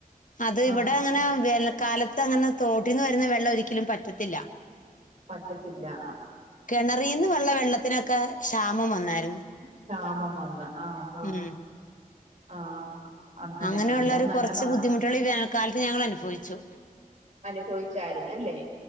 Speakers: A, on the left; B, on the right.
A: അത് ഇവിടെ
B: ആഹ്
A: അങ്ങനെ വെ കാലത്ത് അങ്ങനെ തോട്ടീന്ന് വരുന്ന വെള്ളം ഒരിക്കലും പറ്റത്തില്ല.
B: വറ്റത്തില്ല.
A: കിണറിന്ന് വെള്ള വെള്ളത്തിനൊക്കെ ക്ഷാമം വന്നായിരുന്നു.
B: ക്ഷാമം വന്ന് ആഹ
A: ഉം
B: ആഹ് അങ്ങനെ
A: അങ്ങനെയുള്ള
B: എല്ലാം
A: ഒരു
B: നല്ല
A: കുറച്ച്
B: ഭ
A: ബുദ്ധിമുട്ടുകൾ ഈ വേനൽക്കാലത്ത് ഞങ്ങൾ അനുഭവിച്ചു.
B: അനുഭവിച്ചായിരുന്നു അല്ലേ